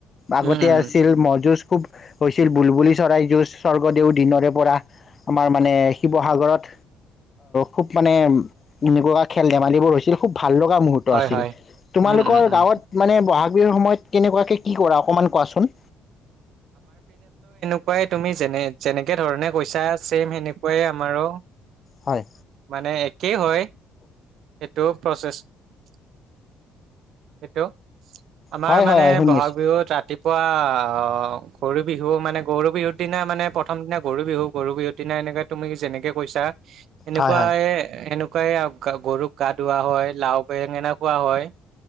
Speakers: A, on the left; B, on the right.
A: আগতে
B: উম, উম,
A: আছিল ম'হ যুজ। খুব হৈছিল, বুলবুলি চৰাই যুঁজ স্বৰ্গদেউ দিনৰে পৰা আমাৰ মানে শিৱসাগৰত খুব মানে এনেকুৱা খে'ল ধেমালিবোৰ হৈছিল খুব। ভাল লগা মুহূৰ্ত
B: হয়,
A: আছিল।
B: হয়।
A: তোমালোকৰ
B: উম, উম,
A: গাঁৱত,
B: উম,
A: বহাগ বিহুৰ সময়ত কেনেকুৱাকে কি কৰা, অকমান কোৱাচোন।
B: কুৱাই তুমি যেনে যেনেকে ধৰণে কৈছা ছেম সেনেকুৱাই আমাৰো।
A: হয়
B: মানে একেই হয়। এইটো প্ৰচেছ, এইটো আমাৰ
A: হয় হয়
B: মানে
A: হয় শুনি
B: বহাগ
A: আছো
B: বিহুত ৰাতিপুৱা আ' গৰু বিহু মানে, গৰু বিহুৰ দিনা মানে প্ৰথম দিনা গৰু বিহু, গৰু বিহুৰ দিনা এনেকৈ তুমি যেনেকৈ কৈছা। এনেকুৱা
A: হয় হয়
B: এ সেনেক <unintelligible> গৰুক গা ধুওৱা হয়, লাওঁ বেঙনা খুওৱা হয়।